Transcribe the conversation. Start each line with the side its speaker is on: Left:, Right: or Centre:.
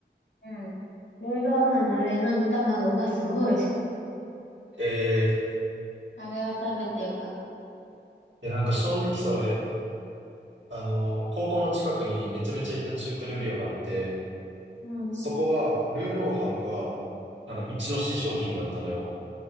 Left: たうん。た。ルーローハンの上の煮卵がすごい美味しかっ
Right: ええ
Left: た。あれを食べてよかっ
Right: いや、なんか正直さ、俺、あの、高校の近くにめちゃめちゃ行った中華料理屋があって、
Left: た。うん。うん。
Right: そこは、ルーローハンが、なんか一押し商品だったのよ。